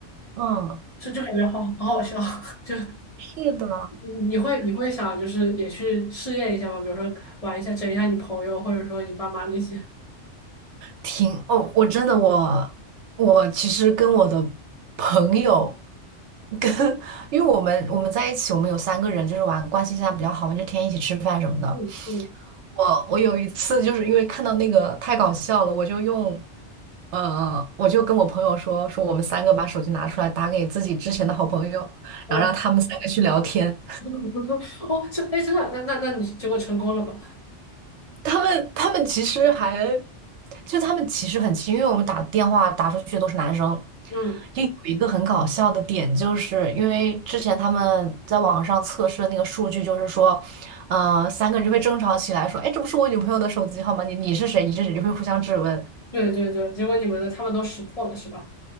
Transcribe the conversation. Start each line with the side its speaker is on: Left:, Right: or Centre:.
Right: 嗯，
Left: 就就感觉好好好笑，<laughs> 就
Right: 是的，
Left: 你你会你会想就是也去试验一下吗？比如说玩一下，整一下你朋友，或者说你爸妈那些。
Right: 挺哦，我真的我我其实跟我的朋友跟，<laughs> 因为我们我们在一起，我们有三个人就是玩关系现在比较好嘛，就天天一起吃饭什么的。
Left: 嗯嗯
Right: 我我有一次就是因为看到那个太搞笑了，我就用，呃，我就跟我朋友说说我们三个把手机拿出来打给自己之前的好朋友，
Left: 嗯，
Right: 然后让他们三个去聊天。
Left: <laughs> 哦，这哎真的，那那那你结果成功了吗？
Right: 他们他们其实还，就他们其实很亲，因为我们打电话打出去的都是男生。
Left: 嗯，
Right: 就有一个很搞笑的点，就是因为之前他们在网上测试的那个数据，就是说，呃，三个人就会争吵起来，说，哎，这不是我女朋友的手机号吗？你你是谁？你是谁？就会互相质问。
Left: 对对对，结果你们的他们都识破了是吧？